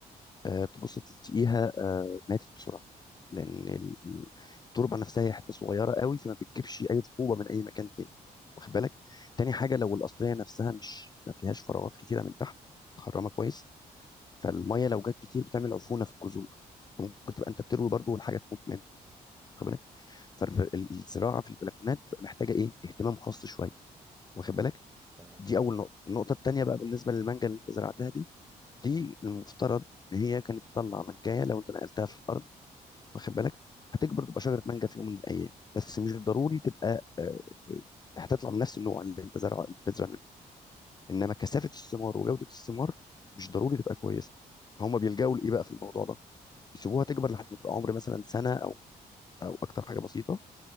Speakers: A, on the left; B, on the right.
A: آه، تبص تلاقيها آه، ماتت بسرعه لان ال- ال- التربه نفسها هي حته صغيره قوي فما بتجيبش اي رطوبه من اي مكان تاني واخد بالك تاني
B: تمام
A: حاجه لو القصريه نفسها مش ما فيهاش فراغات كتيره من تحت متخرمه كويس فالميه لو جت كتير بتعمل عفونه في الجذور فممكن تبقى انت بتروي برضه والحاجه تموت منك واخد بالك فالزراعه في البلكونات بتبقى محتاجه ايه اهتمام خاص شويه واخد بالك
B: تمام
A: دي اول نقطه النقطه التانيه بقى بالنسبه للمانجا اللي انت زرعتها دي دي المفترض ان هي كانت تطلع منجايه لو انت نقلتها في الارض واخد بالك هتكبر تبقى شجره مانجا في يوم من الايام بس مش ضروري تبقى آه، آه، هتطلع من نفس النوع اللي انت زرع بتزرع منه انما كثافه الثمار وجوده الثمار مش ضروري تبقى كويسه فهم بيلجأوا لايه بقى في الموضوع ده يسيبوها
B: اللي
A: تكبر لحد ما تبقى عمر مثلا سنه او او اكتر حاجه بسيطه